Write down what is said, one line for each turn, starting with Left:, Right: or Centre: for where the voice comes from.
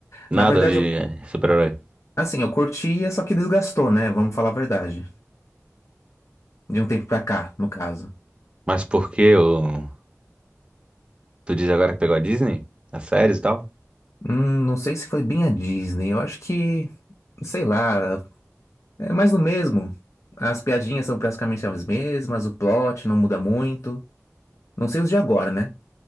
Right: Nada
Left: Na verdade,
Right: de
Left: eu,
Right: é, super-herói.
Left: assim, eu curtia, só que desgastou, né? Vamos falar a verdade. De um tempo pra cá, no caso.
Right: Mas por que o... tu diz agora que pegou a Disney? As séries e tal?
Left: Hum, não sei se foi bem a Disney. Eu acho que, sei lá, é mais do mesmo. As piadinhas são praticamente as mesmas, o plot não muda muito. Não sei os de agora, né?